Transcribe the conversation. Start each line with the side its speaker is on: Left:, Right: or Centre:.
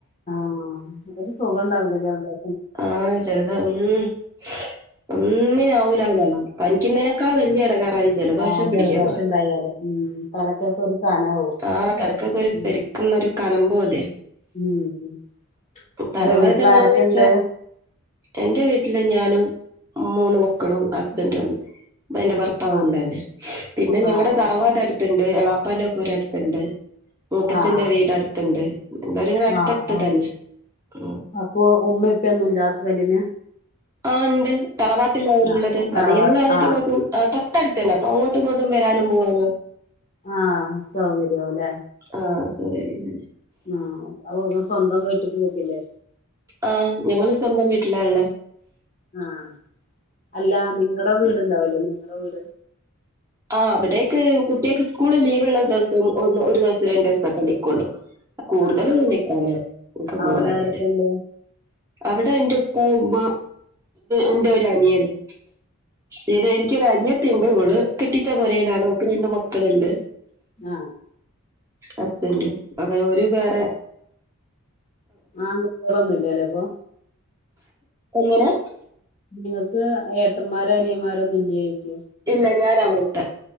Left: ആഹ് ഒരു സുഖംണ്ടാവില്ലല്ലോ അവിടെ
Right: ആഹ് ചെറുതാ ഉം ഒന്നിനും ആവൂല അങ്ങന പനിക്കുന്നതിനേക്കാൾ വലിയ ഇടങ്ങാറായി ജലദോഷം
Left: ആഹ്
Right: പിടിക്കാന്ന്
Left: ജലദോഷം
Right: പറഞ്ഞ
Left: ഉണ്ടായാല് ഉം തലക്കൊക്കെ ഒരു കനാവും
Right: ആ തലക്കൊക്കെ ഒരു
Left: ഉം
Right: പെര് ന്ന ഒരു കനം പോലെ
Left: ഉം
Right: തലവേദനന്ന്വെച്ച
Left: എന്നിട്ട് വീട്ടിൽ ആരൊക്കെ ഉണ്ട്
Right: എന്റെ വീട്ടില് ഞാനും മൂന്ന് മക്കളും ഹസ്ബൻഡും ന്ന് എന്റെ ഭർത്താവ്ണ്ട്
Left: ആഹ്
Right: തന്നെ പിന്നെ ഞങ്ങടെ
Left: ആഹ്
Right: തറവാട് അട് അടുത്തണ്ട് എളാപ്പാന്റെ പൂര അടുത്തുണ്ട് മൂത്തച്ഛന്റെ
Left: ആഹ് ആഹ്
Right: വീട് അടുത്തുണ്ട് എല്ലരും ഇങ്ങനെ അടുത്തടുത്ത്
Left: ആഹ് ആഹ്
Right: തന്നെ ഉം
Left: അപ്പൊ ഉമ്മ ഉപ്പൊന്നുംല്ല ഹസ്ബൻഡിന്
Right: ആ ഉണ്ട് തറവാട്ടിലാ അവരുള്ളത്
Left: ആഹ് തറവാ
Right: അത് ഞമ്മൾ ആലാട്ട്
Left: ആഹ്
Right: പോയപ്പം തൊട്ടടുത്ത് തന്നെ അപ്പൊ അങ്ങോട്ടും ഇങ്ങോട്ടും വരാനും പോവാനും
Left: ആഹ് സൗകര്യവുംല്ലേ
Right: ആഹ് സരിയെന്നാ
Left: ആ അപ്പൊ നിങ്ങൾ സ്വന്തം വീട്ടിക്ക് പോകില്ലേ
Right: ആഹ് ഞങ്ങള് സ്വന്തം വീട്ടിലാള്ളേ
Left: ആഹ് അല്ല നിങ്ങടെ വീടുണ്ടാവിലേ
Right: ഉം.
Left: നിങ്ങടെ വീട്
Right: ആ അവിടേക്ക് കുട്ടികക്ക് സ്കൂള് ലീവ് ഉള്ള ദിവസം ഒന്ന് ഒരു ദിവസം രണ്ടു ദിവസം ഒക്കേ നിൽക്കുള്ളൂ കൂടുതലൊന്നും
Left: ആഹ്
Right: നിക്കാറ്ല്ലേ ന്ക്ക് പോവാറില്ലേ
Left: അവിടെ ആരൊക്കെണ്ട്
Right: അവിടെ എന്റെ ഉപ്പ ഉമ്മ എന്റെ ഒരു അനിയനും പിന്നെ എനിക്കൊരു അനിയത്തിയൊണ്ട് അവള് കെട്ടിച്ച പുരയിലാണ് ഓക്ക് രണ്ട് മക്കളുണ്ട്
Left: ആഹ്
Right: ഹസ്ബൻഡും അങ്ങനെ ഓരു വേറെ
Left: ആൺകുട്ടികൾ ഒന്നും ഇല്ലല്ലേ അപ്പൊ
Right: എങ്ങനെ
Left: നിങ്ങക്ക് ഏട്ടന്മാരോ അനിയന്മാരോ ഒന്നുലെ ചോയ്ക്ക
Right: ഇല്ല ഞാനാമുത്ത